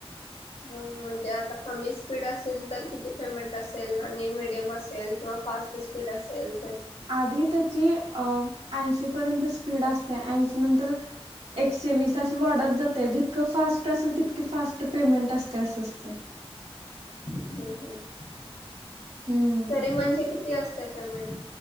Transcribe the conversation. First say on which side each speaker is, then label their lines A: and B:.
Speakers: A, on the left; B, on the right.
A: म्हणजे आता कमी स्पीड असेल तर किती पेमेंट असेल आणि मिीडियम असेल कि? फास्ट स्पीड असेल तर.
B: आधी त्याची अ ऐंशी पर्यंत स्पीड असते ऐंशी नंतर एकशे वीस अशी वाढत जाते जितकं फास्ट असेल तितक फास्ट पेमेंट असते अस असते. <inaudible>
A: हम्म, हम्म
B: हम्म
A: तरी म्हणजे किती असते? त का म्हण